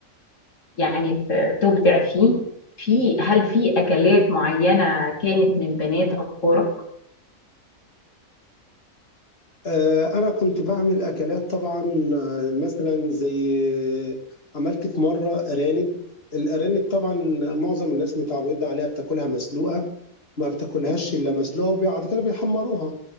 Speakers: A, on the left (about 65°); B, on the left (about 45°).
A: يعني ت- تبدع فيه في هل في أكلات معينة كانت من بنات أفكارك؟
B: آه، أنا كنت بعمل أكلات طبعا آه، مثلا زي آه، عملت في مرة أرانب الأرانب طبعا معظم الناس متعودة عليها بتاكلها مسلوقة ما بتاكلهاش إلا مسلوقة وبعد كده بيحمروها